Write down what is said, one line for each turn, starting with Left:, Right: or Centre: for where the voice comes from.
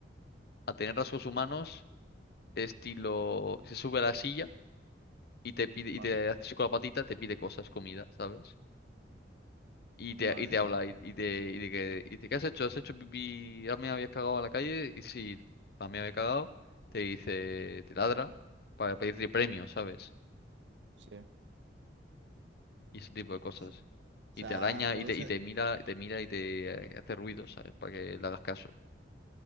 Left: a tener rasgos humanos, estilo, se sube a la silla y te pide,
Right: Vale.
Left: y te hace así con la patita, te pide cosas, comida, ¿sabes? Y te,
Right: Vale.
Left: y te habla, y, y te, y de que, y de, ¿qué has hecho? ¿Has hecho pipí? ¿Ah, ¿Me habías cagado en la calle? Y si me había cagado, te dice, te ladra para pedirte premios, ¿sabes?
Right: Sí.
Left: Y ese tipo de cosas.
Right: S- O sea,
Left: Y te araña,
Right: lo
Left: y
Right: hubiese,
Left: te, y te mira, te mira y te eh, hace ruidos, ¿sabes? Para que le hagas caso.